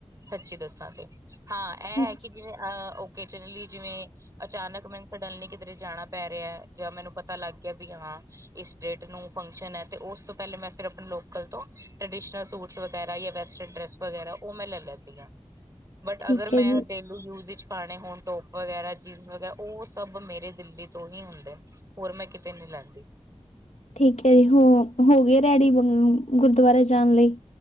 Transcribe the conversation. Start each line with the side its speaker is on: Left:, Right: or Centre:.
Right: ਸੱਚੀ ਦੱਸਾਂ ਤੇ ਹਾਂ ਐ
Left: ਅੱਛਾ
Right: ਹੈ ਕਿ ਜਿਵੇਂ ਅ ਕੇ ਜਨਰਲੀ ਜਿਵੇਂ ਅਚਾਨਕ ਮੈਨੂੰ ਸਡਨਲੀ ਕਿਧਰੇ ਜਾਣਾ ਪੈ ਰਿਆ ਜਾਂ ਮੈਨੂੰ ਪਤਾ ਲੱਗ ਗਿਆ ਵੀ ਹਾਂ ਇਸ ਡੇਟ ਨੂੰ ਫੰਕਸ਼ਨ ਐਤੇ ਓਸ ਤੋਂ ਪਹਿਲੇ ਮੈਂ ਫਿਰ ਆਪਣੇ ਲੋਕਲ ਤੋਂ ਟ੍ਰਡੀਸ਼ਨਲ ਸੂਟਸ ਵਗੈਰਾ ਵੈਸਟਰਨ ਡਰੈਸ ਵਗੈਰਾ ਓ ਮੈਂ ਲੈ ਲੈਂਦੀ ਆਂ
Left: <unintelligible>
Right: ਬਟ ਅਗਰ ਮੈਂ
Left: ਹੈ ਜੀ
Right: ਡੇਲੀ ਯੂਜ ਵਿੱਚ ਪਾਣੇ ਹੋਣ ਟੋਪ ਵਗੈਰਾ ਜੀਨਸ ਵਗੈਰਾ ਓ ਸਭ ਮੇਰੇ ਦਿੱਲੀ ਤੋਂ ਹੀ ਆਉਦੇ ਨੇ ਹੋਰ ਮੈਂ ਕਿਤੇ ਨੀ ਲੈਂਦੀ
Left: ਠੀਕ ਐ ਜੀਹੋ ਗਏ। ਰੈਡੀ ਗੁਰਦੁਆਰੇ ਜਾਣ ਲਈ